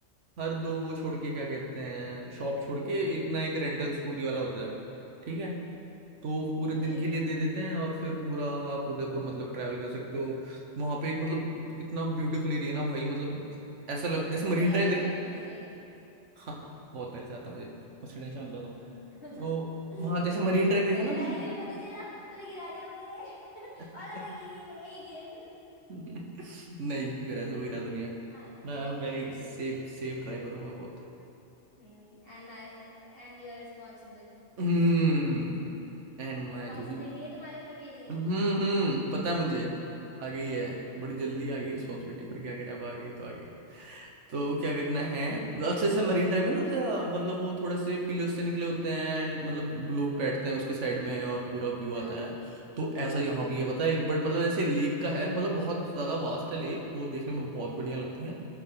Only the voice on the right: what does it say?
हर दो वो छोड़ के क्या कहते हैं शॉप छोड़ के एक ना एक रेंटल स्कूटी वाला होता है ठीक है तो
पूरे दिन के लिए दे देते हैं और फिर पूरा आप उदयपुर मतलब ट्रैवल कर सकते हो वहां पे एक मतलब इतना ब्यूटीफुल एरिया ना भाई मतलब ऐसा लग
जैसे
मरीन
ड्राइव देख
हाँ हाँ बहुत पहले से आता मुझे उसकी टेंशन लो तुम
तो वहां जैसे मरीन ड्राइव देखा
ना
तुम
<laughs>
<laughs> नहीं मेरा ऐसा कोई इरादा नहीं है
मैं I
am very
safe
safe driver हूँ मैं बहुत
हम्म एंड माय
जो भी
हम्म हम्म पता है मुझे आ गई है बड़ी जल्दी आ गई रिस्पॉन्सिबिलिटी पर क्या करें अब आ गई तो आ गई तो क्या करना है अच्छे से मरीन ड्राइव में नहीं होते अ, मतलब वो थोड़े से पिलर्स से निकले होते हैं एंड मतलब लोग बैठते हैं उसके साइड में और पूरा व्यू
आता है तो ऐसा यहाँ
भी है पता है एक बट मतलब ऐसे लेक का है मतलब बहुत ज्यादा वास्ट है लेक वो देखने में बहुत बढ़िया लगती है